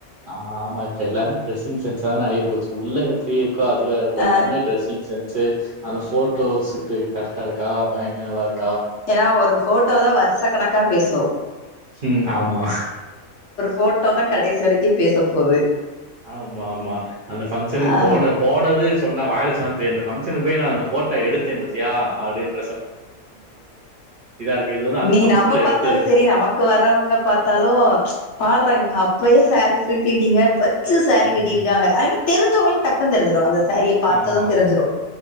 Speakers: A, on the right (about 55°); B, on the left (about 60°).
A: ஆஹ ஆமால்ல டெசிங் சென்ஸ் ஆ ஆகி போச்சு உள்ளே எப்படி இருக்கோ அதுறப்ப
B: ஆ
A: எல்லே டிரெஸிங் சென்ஸ் அந்த போட்டோஸ்க்கு கரெக்டா இருக்கா பயங்கர நாளா இருக்க
B: ஏன்னா ஒரு போட்டோதான் வருஷ கணக்கா பேசோம்
A: ம். ஆமா.
B: போட்டோ தான் கடைசி வரைக்கும் பேசப்போகுது
A: ஆமா ஆமா அந்த ஃங்க்ஷனுக்கு
B: ஆ
A: போன போனது சொன்ன வாய சொன்ன இந்த பாங்கன் போய் நான் இந்த போட்டோ எடுத்தேன் பத்தியா அடின்னு இருக்கு. இது வந்து அந்த
B: நீன்னை
A: ஃபங்ஷன்ல
B: நம்ம பார்த்தாலும்
A: எடுத்தது.
B: சரி நமக்கு வர்றவங்க பார்த்தாலும் பா அப்பையே சாரீ ப்ரீ பீலிட்டிங்க புதுசாரிகட்டிஇருக்காங்க
A: ம்.
B: தெரிஞ்சவங்களுக்கு டக் தெரிஞ்சிடும் அந்த சாரி பார்த்ததும்
A: ஆமாமா.
B: தெரிஞ்சும்